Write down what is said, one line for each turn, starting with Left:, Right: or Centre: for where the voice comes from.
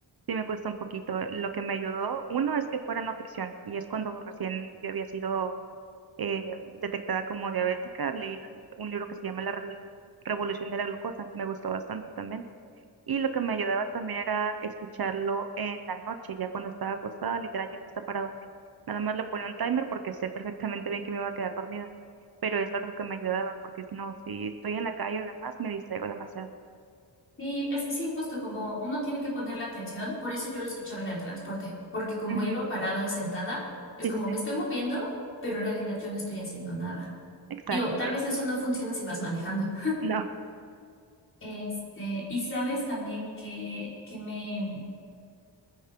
Right: sí me cuesta un poquito. Lo que me ayudó, uno, es que fuera no ficción, y es cuando recién yo había sido eh, detectada como diabética, leí un libro que se llama La Relu- Revolución de la Glucosa, me gustó bastante también. Y lo que me ayudaba también era escucharlo en la noche, ya cuando estaba acostada, literal, ya lista para dormir. Nada más le ponía un timer porque sé perfectamente bien que me iba a quedar dormida, pero es lo que me ayudaba, porque no, si estoy en la calle o demás, me distraigo demasiado.
Left: Sí, es, sí, justo como uno tiene que poner la atención, por eso yo lo escuchaba en el transporte, porque como
Right: Ujú,
Left: iba parada o sentada, es
Right: Sí,
Left: como
Right: sí, sí,
Left: me estoy moviendo, pero en realidad yo no estoy haciendo nada.
Right: exacto,
Left: Digo, tal
Right: sí.
Left: vez eso no funciona si vas manejando.
Right: No,
Left: Este, y sabes también que, que me...